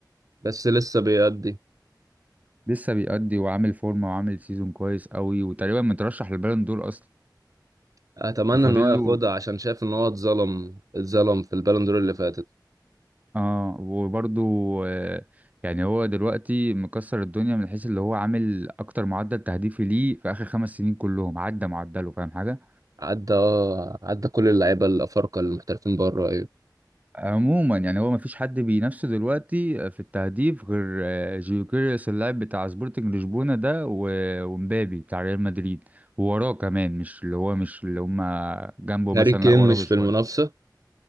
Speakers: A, on the right (about 50°); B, on the right (about 20°).
A: بس لسه بيأدي
B: لسه بيأدي وعامل فورمة وعامل سيزون كويس قوي وتقريبا مترشح للبالون دور أصلا
A: اتمنى
B: وفاضل
A: ان هو ياخدها
B: له
A: عشان شايف ان هو اتظلم اتظلم في البالون دور اللي فاتت
B: اه وبرضه آه يعني هو دلوقتي مكسر الدنيا من حيث اللي هو عامل أكتر معدل تهديفي ليه في آخر خمس سنين كلهم عدى معدله فاهم حاجة؟
A: عدى اه عدى كل اللعيبه الافارقه المحترفين بره ايوه
B: عموما يعني هو مفيش حد بينافسه دلوقتي في التهديف غير آه، جيوكيريوس اللاعب بتاع سبورتنج لشبونة ده و- ومبابي بتاع ريال مدريد ووراه كمان مش اللي هو مش اللي هما جنبه
A: هاري
B: مثلا
A: كين
B: لا وراه
A: مش
B: بشوية
A: في المنافسه